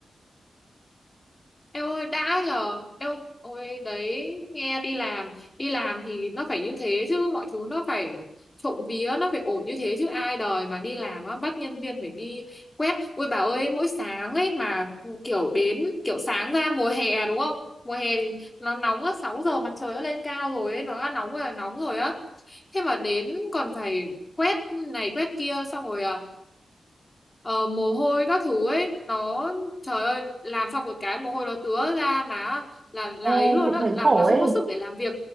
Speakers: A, on the left; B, on the right.
A: Eo ơi đã nhờ Eo ôi đấy nghe đi làm đi làm thì nó phải như thế chứ mọi thứ nó phải trộm vía nó phải ổn như thế chứ ai đời mà đi làm á bắt nhân viên phải đi quét ôi bà ơi mỗi sáng ấy mà ừ, kiểu đến kiểu sáng ra mùa hè đúng không mùa hè thì nó nóng á 6 giờ mặt trời nó lên cao rồi ấy nó đã nóng rồi là nóng rồi á thế mà đến còn phải quét này quét kia xong rồi à ờ, mồ hôi các thứ ấy nó trời ơi làm xong một cái mồ hôi nó tứa ra má là là
B: Ê,
A: ấy luôn
B: cũng
A: á
B: thấy
A: làm
B: khổ
A: là không
B: ấy.
A: có sức để làm việc